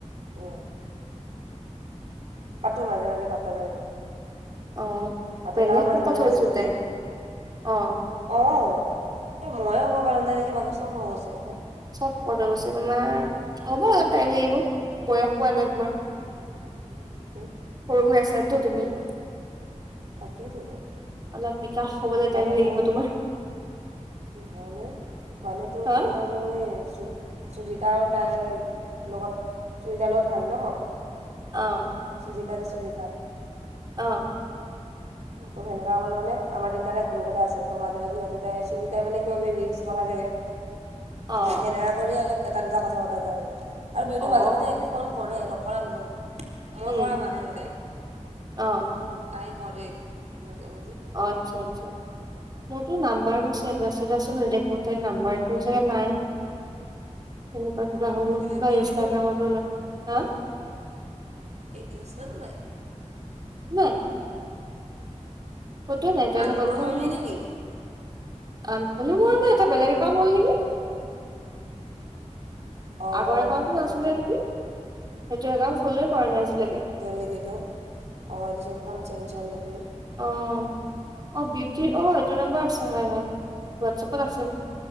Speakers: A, on the right; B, on the right.
A: উ পাতো মাজে-মাজে পাতা যায় ন।
B: অ
A: পাতে
B: বেলেগ
A: তাইও মাজে-
B: শকত
A: মাজে
B: হ'লচোন
A: মেছেজ দিয়ে।
B: তাই অ
A: অঁ, এই ময়ে ভয় কৰা নাই নেকি বাকী চব ভয় কৰিছে।
B: চব শকত হৈ গৈছে তোমাৰ, হ'ব অলপ টাইম লাগিব বয়স হোৱা নাই তোমাৰ।
A: <unintelligible>
B: সৰু হৈ আছাটো
A: তাকেইতো
B: তুমি
A: তাকেইতো
B: অলপ বিকাশ হ'বলৈ
A: মানে
B: টাইম লাগিব
A: মোৰ
B: তোমাৰ।
A: হয়নে মানে তোৰ
B: হা
A: কি হব মই এই সুজিতা আৰু তাইৰ লগত তুমি তাৰ লগত ভাল ন।
B: অহ।
A: সুজিতা যে সুজিতা
B: অঁ।
A: ত সেনেকা কৰি মানে আমাৰ তিনটা এটা গ্ৰুপ এটা আছে, মাজে-মাজে সিহঁতে তাই সুজিতাই মানে কিবা কিবি ৰিলচ পঠাই থাকে।
B: অ
A: সেনেকা কৰিয়ে অলপ এটা দুটা কথা পতা যায়, আৰু আৰু বিউটি
B: অ
A: মাজে মাজে এনে ফোন কৰে নকৰা নহয়, মই
B: উম
A: কৰা হোৱা নাই আৰু তাইক
B: অ
A: কিন্তু তাই কৰে মাজে-মাজে।
B: অ আচ্ছা-আচ্ছা মোৰটো নাম্বাৰ ষ্টেটাচত নেদেখো তাইৰ নাম্বাৰটো চাগে নাই। তেনেকুৱা কিবা হব
A: তই ডিলেট
B: বা
A: কৰিলি
B: ইনষ্টাগ্ৰামতো
A: নেকি
B: নাই হা
A: এই ইনষ্টাটো নাই?
B: <unintelligible> ক'তোৱে নাই তেওঁ
A: আনফল'
B: লগত টো
A: মাৰিলি
B: মোৰ
A: নেকি
B: আনফল' মৰা নাই তাই বেলেগ একাউণ্ট হল নেকি!
A: <unintelligible> ছোৱাল
B: আগৰ একাউণ্টটো নাছিলে নেকি সেইটো একাউণ্ট ফ'ল'ৱে কৰা নাই আজিলৈকে
A: নেকি এইটো অ এইটো চেঞ্জকন চেঞ্চ হ'ল নেকি?
B: অ অ বিউটিৰ অ এইটো নাম্বৰ আছে হয় হয় হোৱাটছাপত আছে।